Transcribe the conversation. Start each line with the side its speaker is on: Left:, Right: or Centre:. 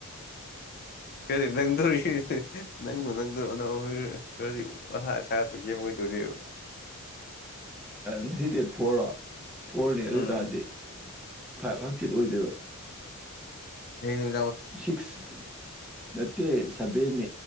Left: ꯈꯔꯗꯤ ꯅꯪꯗꯣꯔꯤ ꯅꯪꯕꯨ ꯅꯪꯗꯧ ꯑꯅ ꯈꯔꯗꯤ ꯋꯥꯊꯥ ꯁꯥꯠꯄꯒꯦꯝ ꯑꯣꯏꯗ ꯑꯗꯨꯔꯤ
Centre: ꯉꯁꯤ ꯗꯦꯠ ꯐꯣꯔꯣ ꯐꯣꯔꯅꯤ
Left: ꯎꯝ
Centre: ꯑꯗꯨ ꯑꯣꯏ ꯇꯔꯗꯤ ꯐꯥꯏꯚ ꯍꯥꯡꯆꯤꯠ ꯑꯣꯏꯗꯣꯏꯕ
Left: ꯍꯅꯤ
Centre: ꯁꯤꯛꯁ ꯅꯠꯇꯦ ꯁꯚꯦꯟ